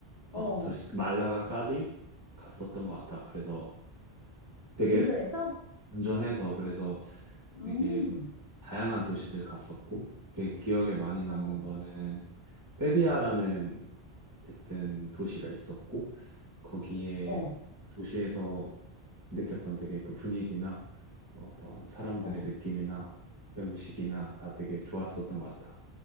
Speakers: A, on the left; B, on the right.
A: 어,
B: 어, 도시 말라가까지 갔었던 것 같아. 그래서 되게
A: 운전해서?
B: 운전해서 그래서
A: 음,
B: 되게 다양한 도시들 갔었고 되게 기억에 많이
A: 어,
B: 남는 거는 세비야라는 어쨌든 도시가 있었고 거기에
A: 어,
B: 도시에서 느꼈던 되게 그 분위기나 어떤 사람들의
A: 어.
B: 느낌이나 음식이나 다 되게 좋았었던 것 같다.